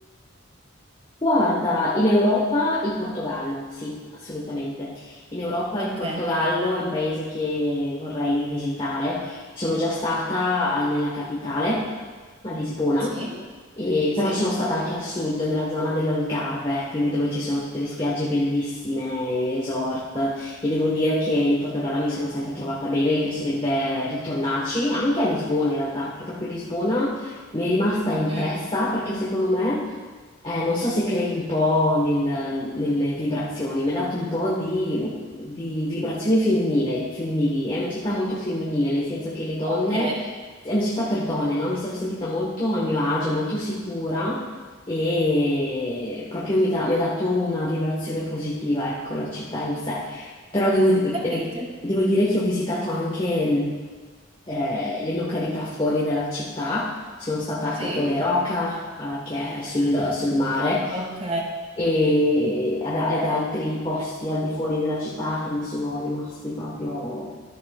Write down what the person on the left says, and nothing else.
Guarda, in Europa il Portogallo, sì, assolutamente. In Europa
il Portogallo è un paese che vorrei rivisitare. Sono già stata ah, nella capitale, a Lisbona,
e-
però sono stata anche a sud, nella zona dell'Algarve, quindi dove ci sono tutte le spiagge bellissime, i resort, e devo dire che in Portogallo mi sono sempre trovata bene, mi piacerebbe ritornarci, anche a Lisbona in realtà, perché proprio Lisbona mi è rimasta impressa
perché secondo me... Eh, non so se credi un po' nel- nelle vibrazioni, mi ha dato un po' di, di vibrazioni femminile, femminili. È una città molto femminile, nel senso che le donne,
è una città per donne, no? Mi sono sentita molto a mio agio, molto sicura e proprio mi, dà- mi ha dato una vibrazione positiva, ecco, la città in sé. Però devo, eh,
devo dire che ho visitato anche mh, eh, le località fuori dalla città sono stata a
Capo de Roca, eh, che è sul, sul mare,
e ad, ad altri posti al di fuori della città che mi sono rimasti proprio